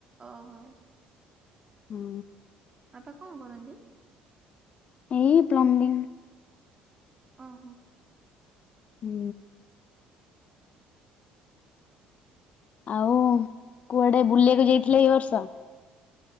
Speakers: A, on the right (about 25°); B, on the left (about 45°).
A: ଓ ହୋ।
B: ହୁଁ।
A: ବାପା କଣ କରନ୍ତି?
B: ଏଇ ପ୍ଲମ୍ବିଂ।
A: ଅ ହଁ।
B: ହୁଁ। ଆଉ କୁଆଡେ ବୁଲିବାକୁ ଯାଇଥିଲେ ଏଇ ବର୍ଷ?